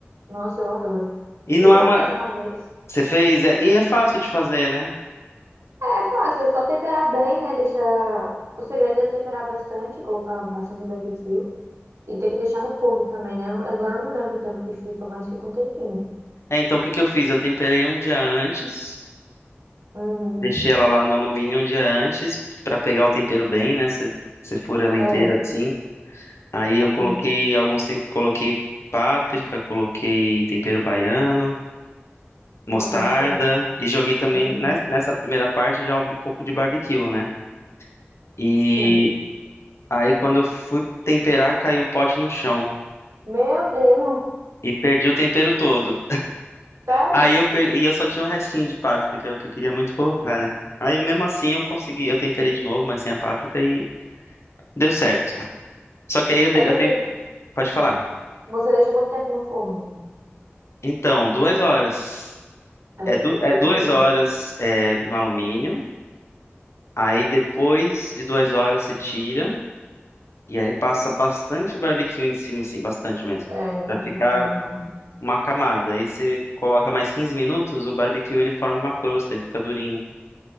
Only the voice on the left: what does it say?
E não
é uma.
Você fez? É- E é fácil de fazer, né?
É, então o que que eu fiz? Eu temperei um dia antes,
deixei ela lá no alumínio um dia antes pra pegar o tempero bem, né? Você você fura ela
inteira assim. Aí eu coloquei
alguns tempos, coloquei páprica, coloquei tempero baiano. mostarda
e joguei também
nes- nessa primeira parte já um pouco de barbecue, né? E
aí quando eu fui temperar, caiu o pote no chão
e perdi o tempero todo.
Aí eu per... e eu só tinha um restinho de páprica que eu, que eu queria muito colocar, né? Aí mesmo assim eu consegui, eu temperei de novo, mas sem a páprica e deu certo. <laughs> Só que aí eu, de-
eu tem... pode falar.
Então, duas horas.
É, du...
é
duas
horas é, no alumínio. Aí depois de duas horas você tira. E aí passa bastante barbecue em cima, assim, bastante mesmo.
Pra ficar
uma camada. Aí você coloca mais 15 minutos, o barbecue ele forma uma crosta, ele fica durinho.